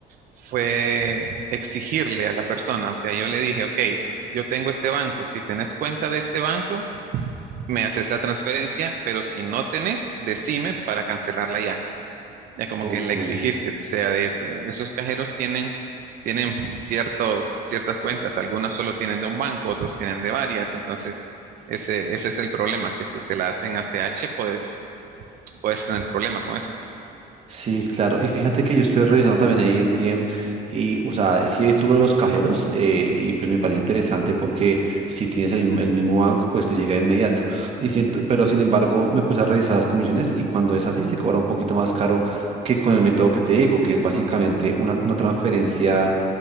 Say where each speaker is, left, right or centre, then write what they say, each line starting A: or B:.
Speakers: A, on the right (about 55°); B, on the right (about 40°).
A: fue exigirle a la persona, o sea, yo le dije, ok, si yo tengo este banco, si tenés cuenta de este banco, me haces la transferencia, pero si no tenés, decime para cancelarla ya. Ya como
B: Ok.
A: que le exigís que sea de eso. Esos cajeros tienen, tienen ciertos, ciertas cuentas, algunas solo tienen de un banco, otros tienen de varias, entonces ese, ese es el problema, que si te la hacen A C h, puedes, puedes tener problemas con eso.
B: Sí, claro. Y fíjate que yo estuve revisando también AirTM y, o sea, sí he visto lo de los cajeros eh, y pues me parece interesante porque si tienes el, mismo el mismo banco, pues te llega de inmediato. Y siento, pero sin embargo, me puse a revisar las comisiones y cuando es así se cobra un poquito más caro que con el método que te digo, que es básicamente una, una transferencia